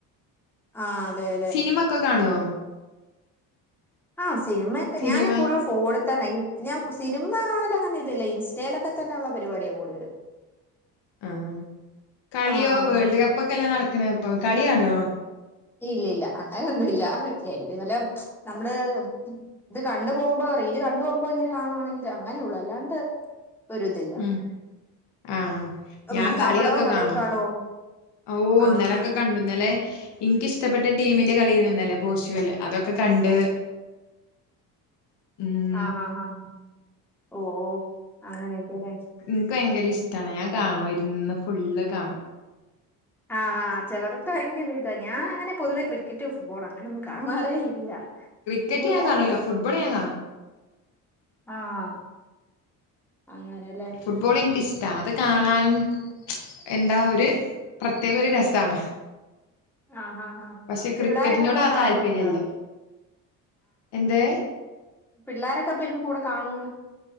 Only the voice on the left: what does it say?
സിനിമക്കെ കാണുവോ
സിനിമ
ആഹ് കളിയോ
വേൾഡ് കപ്പ് ഒക്കെയല്ലേ നടക്കണെ ഇപ്പൊ കളി കാണുവോ
ഉം ആഹ്
ഞാൻ കളിയൊക്കെ
കാണും
ഓ
ഇന്നലെക്കെ കണ്ട് ഇന്നലെ എൻക്കിഷ്ടപ്പെട്ട ടീമിന്റെ കളിയാരുന്ന് ഇന്നലെ പോർച്ചുഗല് അതൊക്കെ കണ്ട് ഉം
എനിക്ക് ഭയങ്കര ഇഷ്ടാണ് ഞാൻ കാണും ഇരുന്ന് ഫുള്ള് കാണും
ക്രിക്കറ്റ്
ഞാൻ കാണൂല. ഫുട്ബോള് ഞാൻ കാണും.
ഫുട്ബോൾ എനിക്കിഷ്ടാ അത് കാണാനും എന്താ ഒര് പ്രത്യേക ഒരു രസാണ്
പക്ഷെ
ക്രിക്കറ്റിനോട്
ആ
താല്പര്യല്ല എന്തേ